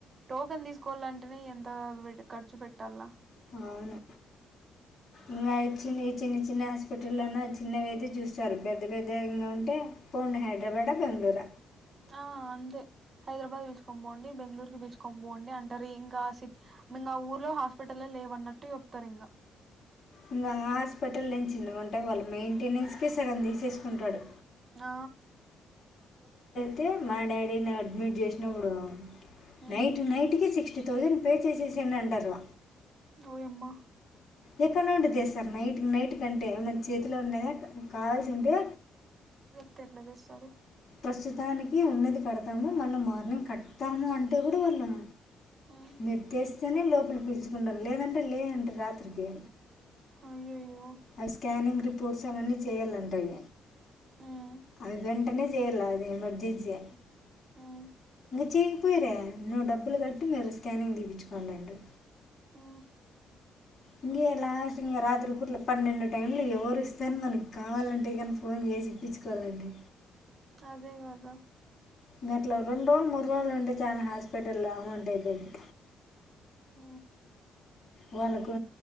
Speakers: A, on the right; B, on the left.
A: టోకెన్ తీసుకోవాలంటేనే ఎంత పెట్ ఖర్చు పెట్టల్ల
B: అవును ఇగ చిన్నవి చిన్ని చిన్న హాస్పిటల్లోన చిన్నవితే చూస్తారు పెద్ద పెద్దంగా ఉంటే పోండి హైదరాబాడ బెంగళూర
A: ఆ అంతే హైదరాబాద్ పిల్చ్ పోండి బెంగళూరు కి పిచుకోని పోండి అంటారు ఇంకా సిక్ ఆ ఊర్లో హాస్పిటల్లే లేవన్నట్టు చె తరింగ
B: ఇంగా హాస్పిటల్ ఏం చిన్నగా ఉంటా వాళ్ళ మెయింటెనెన్స్ కే సగం తీసేసుకుంటాడు
A: ఆ
B: టే మా డాడీ ని అడ్మిట్ చేసినప్పుడు
A: మ్మ్
B: నైట్ నైట్ కే సిక్స్ ఫిఫ్టీ థౌజండ్ పే చేసేసెండి అంటారు
A: ఓయమ్మా
B: ఎక్కడి నుండి తెస్తారు నైట్ నైట్ కంటే మన చేతిలో ఉండేదా కావాల్సింటే
A: ఎట్ల తెస్తారు
B: ప్రస్తుతానికి ఉన్నది కడతాము మళ్ళ మార్నింగ్ కడతాము అంటే కూడా వాళ్ళం
A: ఉమ్
B: మీరు తెస్తేనే లోపలికి పిలుచుకుంటారు లేదంటే లేదంట రాత్రికి
A: అయ్యయ్యో
B: అవి స్కానింగ్ రిపోర్ట్స్ అవన్నీ చేయాలంటా అవి
A: మ్మ్
B: అవి గాని పనే చేయలే అది ఎమర్జెన్సీ
A: హ్మ్
B: చేయకపోయరే నువ్వు డబ్బులు కట్టు మేముప్ స్కానింగ్ తీపించుకోండిండి
A: ఉ
B: ఇంగే లాస్ట్ ఇంక రాత్రి పూట్ల పన్నెండు టైం లో ఎవరు ఇస్తారు మనకు కావాలంటే కానీ ఫోన్ చే ఇప్పించుకోవాలంటే
A: అదే గదా
B: గంట్లో రెండు రోజులు మూడు రోజులు ఉంటే చానా హాస్పిటల్లో అమౌంట్ అయిపోద్ది
A: ఊ
B: వాళ్ళకు